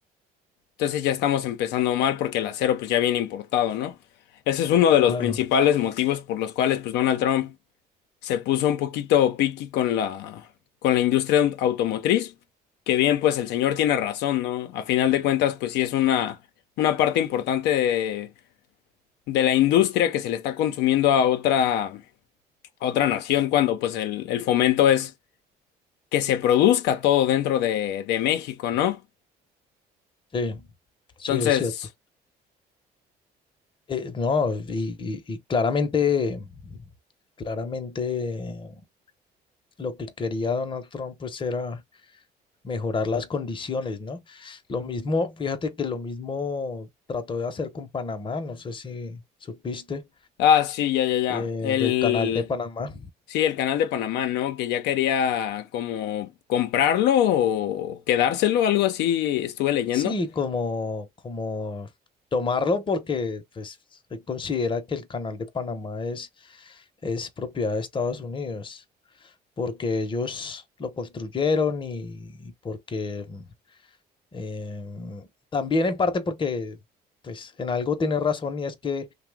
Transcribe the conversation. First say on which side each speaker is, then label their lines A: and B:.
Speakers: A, on the left (about 90°); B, on the left (about 30°).
A: entonces ya estamos empezando mal porque el acero pues ya viene importado, ¿no? Ese es uno de los
B: claro,
A: principales motivos por los cuales pues Donald Trump se puso un poquito piqui con la con la industria aut- automotriz, que bien pues el señor tiene razón, ¿no? A final de cuentas pues sí es una una parte importante de la industria que se le está consumiendo a otra, a otra nación cuando pues el, el fomento es que se produzca todo dentro de, de México, ¿no?
B: sí, sí,
A: Entonces,
B: es cierto. Eh, no, y, y- y claramente, claramente lo que quería Donald Trump pues era mejorar las condiciones, ¿no? Lo mismo, fíjate que lo mismo trató de hacer con Panamá, no sé si supiste,
A: ah, sí, ya, ya, ya.
B: eh,
A: El,
B: del canal de Panamá.
A: sí, el canal de Panamá, ¿no? Que ya quería como comprarlo o quedárselo, algo así estuve leyendo.
B: Sí, como, como tomarlo porque pues él considera que el canal de Panamá es, es propiedad de Estados Unidos, porque ellos lo construyeron y, y porque em, también en parte porque pues en algo tiene razón y es que